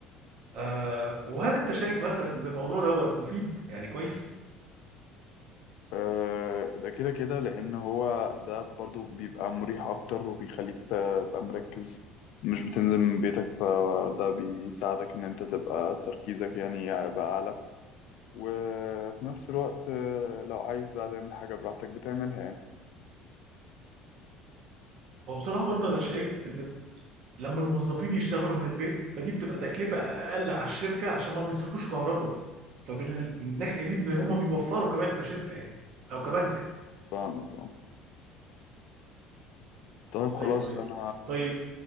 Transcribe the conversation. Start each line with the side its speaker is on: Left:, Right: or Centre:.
Right: آه وهل انت شايف مثلا ان الموضوع دوت مفيد يعني كويس
Left: آه ده كده كده لأن هو ده برضو بيبقى مريح أكتر وبيخليك تبقى مركز مش بتنزل من بيتك فده بيساعدك إن أنت تبقى تركيزك يعني يبقى أعلى وفي نفس الوقت آه، لو عايز بقى تعمل حاجة براحتك بتعملها يعني
Right: هو بصراحه برضه انا شايف ان لما الموظفين يشتغلوا من البيت فدي بتبقى تكلفة أقل على الشركة عشان ما بيصرفوش كهرباء فمن ال- من الناحية دي إن هم بيوفروا كمان كشركة يعني أو كبنك
Left: فاهمك اه طيب خلاص
Right: أيوه أيوه
Left: انا
Right: طيب